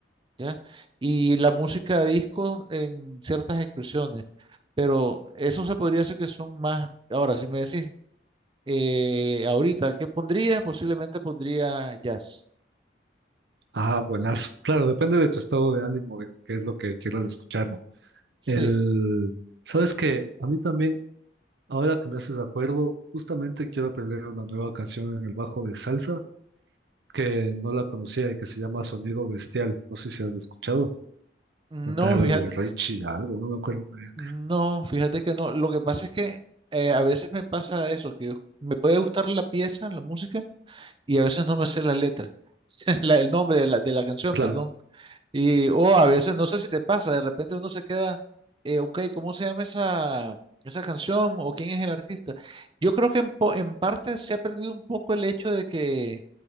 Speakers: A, on the right; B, on the right.
A: ¿ya? Y la música de disco en ciertas expresiones, pero eso se podría decir que son más, ahora si me decís, eh, ahorita, ¿qué pondría? Posiblemente pondría jazz.
B: Ah, buenazo. Claro, depende de tu estado de ánimo, de qué es lo que quieras escuchar, ¿no?
A: Sí.
B: El, sabes que a mí también, ahora que me haces de acuerdo, justamente quiero aprender una nueva canción en el bajo de salsa que no la conocía y que se llama Sonido Bestial. No sé si has escuchado.
A: No,
B: Un tal
A: fíjate,
B: Richie, algo, no me acuerdo muy bien.
A: no, fíjate que no. Lo que pasa es que eh, a veces me pasa eso, que yo- me puede gustar la pieza, la música, y a veces no me sé la letra. <laughs> la- el nombre de la, de la canción,
B: Claro,
A: perdón. Y, o a veces, no sé si te pasa, de repente uno se queda, eh, ok, ¿cómo se llama esa, esa canción? ¿O quién es el artista? Yo creo que en, po- en parte se ha perdido un poco el hecho de que,